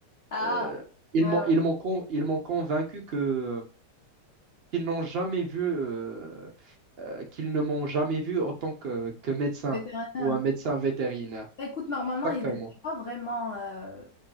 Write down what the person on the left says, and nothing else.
Ah,
ouais,
ouais.
Vétérinaire.
Bah, Écoute, normalement,
ils ne devraient pas vraiment euh,